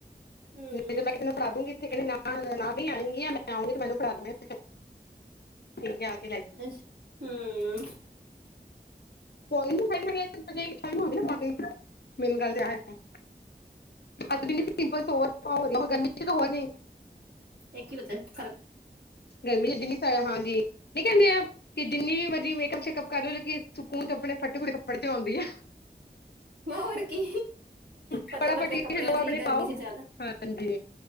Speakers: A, on the right; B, on the left.
A: ਹਮ
B: ਨੀ ਤੇ ਮੈੰ ਕਿਸੀ ਨੂੰ ਫੜਾਉਂਦੀ ਗੀ ਇੱਥੇ ਕਹਿੰਦੀ ਨਾਲ ਨਾ ਵੀ ਆਂਗੀ ਯਾ ਮੈਂ ਆਊਗੀ ਮੈਨੂੰ ਫੜਾ <inaudible> ਠੀਕ ਐ।
A: ਅੱਛ ਹੂੰ।
B: <unintelligible> <unintelligible> ਗਰਮੀ ਚ
A: ਇੱਕ ਹੀ ਵਚਾ ਖਾ
B: ਗਰਮੀ ਜਿੰਨੀ ਸ ਹਾਂਜੀ ਨੀ ਕੇਂਦੇ ਆ ਕਿ ਜਿੰਨੀ ਵੀ ਮਰਜ਼ੀ ਮੇਕਅਪ ਸ਼ੇਕਅਪ ਕਰੋ ਲਗੀ ਸਕੂਨ ਚ ਆਪਣੇ ਫੱਟੇ-ਫੁਟੇ ਕੱਪੜੇ ਤੇ ਔਂਦੀ ਐ।
A: ਹੋਰ ਕੀ ਪਤਲੇ-ਪਤਲੇ
B: ਫਟਾਫਟ ਟੀ
A: ਕੱਪੜਿਆਂ
B: ਸ਼ਰਟ ਲਓ
A: ਚ
B: ਆਪਣੀ
A: ਹੀ ਗਰਮੀ
B: ਪਾਓ
A: ਚ ਜਾਦਾ
B: ਹਾਂਜੀ